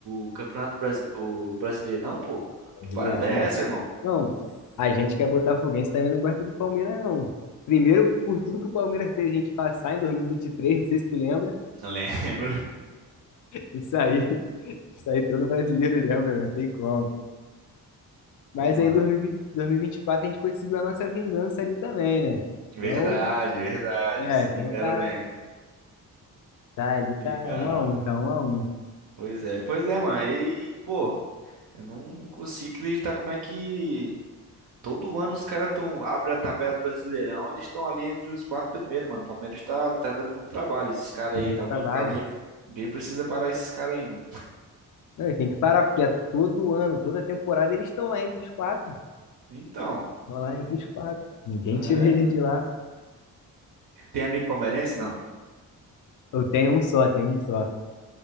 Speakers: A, on the right; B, on the left.
A: o Campeonato Brasi... o Brasileirão, pô. Que
B: Brasileirão,
A: parada é
B: né?
A: essa, irmão?
B: Não, a gente que é botafoguense também não gosta do Palmeiras, não. Primeiro, por tudo que o Palmeiras fez a gente passar em 2023, não sei se tu lembra.
A: Não <laughs> lembro.
B: Isso aí, <laughs> isso aí todo brasileiro lembra, não tem como.
A: Pô,
B: Mas
A: mano.
B: aí, dois dois mil e vinte dois mil e vinte e quatro a gente conseguiu a nossa vingança ali também, né?
A: Verdade,
B: Então,
A: verdade.
B: é,
A: Se
B: então
A: vingaram,
B: tá,
A: bem.
B: tá ali,
A: Se
B: tá
A: vingaram.
B: um a um, tá um a um.
A: Pois é, pois é, mano. E, pô, eu não não consigo acreditar como é que todo ano os caras tão abrem a tabela do Brasileirão, eles estão ali entre os quatro primeiros, mano. O Palmeiras tá, tá dando muito trabalho, esses caras
B: É
A: aí.
B: muito
A: Tá alguém,
B: trabalho.
A: pra alguém, ninguém precisa parar esses caras aí, mano.
B: Não, e tem que parar, porque é todo ano, toda temporada, eles estão lá entre os quatro.
A: Então,
B: Estão lá entre os quatro. Ninguém
A: é,
B: tira eles
A: mano.
B: de lá.
A: tem amigo palmeirense, não?
B: Eu tenho um só, tenho um só.